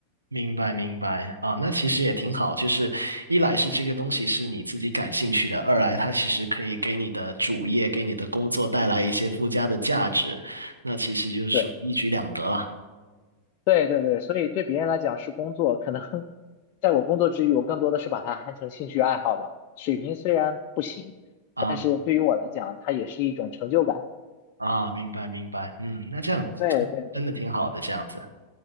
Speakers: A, on the right (about 80°); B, on the left (about 40°).
A: 明白明白啊，那其实也挺好，就是一来是这个东西是你自己感兴趣的，二来它其实可以给你的主业、给你的工作带来一些附加的价值，那其实就是说一举两得啦。
B: 对对对对，所以对别人来讲是工作，可能 <laughs> 在我工作之余，我更多的是把它看成兴趣爱好吧。水平虽然不行，
A: 啊
B: 但是对于我来讲，它也是一种成就感。
A: 啊，明白明白，嗯，那这样这样真的挺好的，
B: 对对对。
A: 这样子。